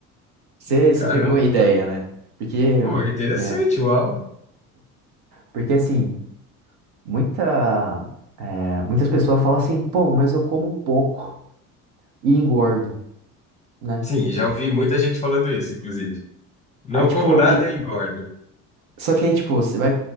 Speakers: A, on the right; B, on the left.
A: você
B: que caramba!
A: você pegou a ideia, né? Porque,
B: Pô, interessante,
A: né?
B: uau!
A: Porque assim, muita, é, muitas pessoas falam assim, pô, mas eu como pouco e engordo, né?
B: Sim, já ouvi muita gente falando isso, inclusive. Não
A: Aí, tipo,
B: como nada e engordo.
A: Só que aí, tipo, você vai,